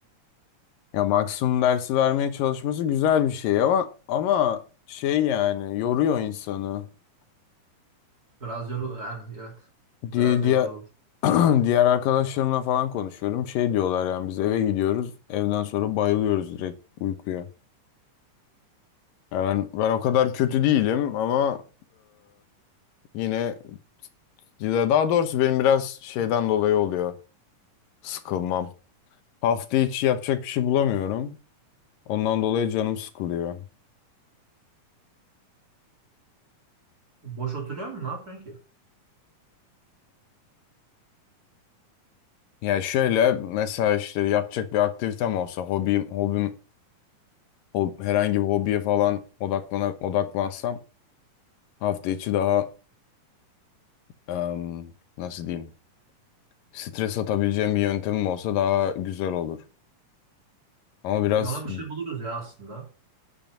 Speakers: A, on the left (about 85°); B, on the right (about 30°).
A: Ya maksimum dersi vermeye çalışması güzel bir şey ama ama şey yani yoruyor insanı.
B: Biraz yorul yani evet.
A: Diye,
B: Biraz
A: diğer
B: yorucu olur.
A: <clears throat> diğer arkadaşlarımla falan konuşuyorum. Şey diyorlar yani biz eve gidiyoruz. Evden sonra bayılıyoruz direkt uykuya. Yani ben, ben o kadar kötü değilim ama e, yine ya daha doğrusu benim biraz şeyden dolayı oluyor sıkılmam. Hafta içi yapacak bir şey bulamıyorum. Ondan dolayı canım sıkılıyor.
B: Boş oturuyor mu? Ne yapıyorsun ki?
A: Ya şöyle mesela işte yapacak bir aktivitem olsa hobim hobim hob- herhangi bir hobiye falan odaklanak odaklansam hafta içi daha em, nasıl diyeyim? Stres atabileceğim bir yöntemim olsa daha güzel olur. Ama biraz
B: Ona bir şey buluruz ya aslında.